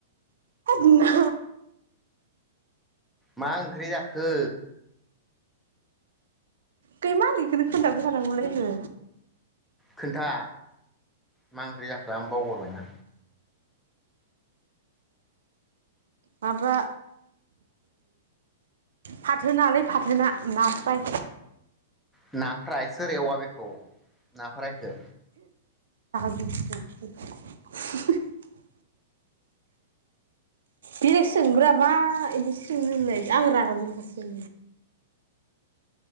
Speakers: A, on the right; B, in the centre.
A: थोथ गुनना
B: मा ओंख्रि जाखो
A: खै मा बेखोनो खोनथाबाय थानांगौलाय नो
B: खोन्था मा ओंख्रि जाखो आं बावगारबायना
A: माबा फाथो ना लै फाथो ना ना फ्राय
B: ना फ्राय सोर एवा बेखौ ना फ्राय खौ
A: <unintelligible> बिदि सोंग्रा मा बिदि सोंङो नोंलाय आं रागा जोंङो सो